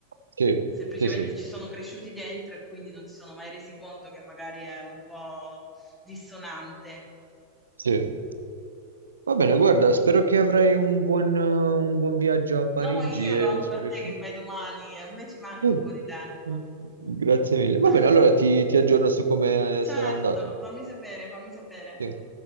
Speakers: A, on the right; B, in the centre.
A: sì,
B: Semplicemente
A: sì, sì,
B: ci sono cresciuti dentro e quindi non si sono mai resi conto che magari è un po' dissonante.
A: sì. Va bene, guarda, spero che avrai un buon, eh, un buon viaggio a Parigi
B: No, io lo
A: e
B: auguro
A: spero
B: a te
A: che...
B: che vai domani, a me ci manca
A: <laughs>
B: un po' di tempo.
A: Grazie mille. Va
B: <laughs>
A: bene, allora ti, ti aggiorno su come
B: Certo,
A: sarà andato.
B: fammi sapere, fammi sapere.
A: Sì.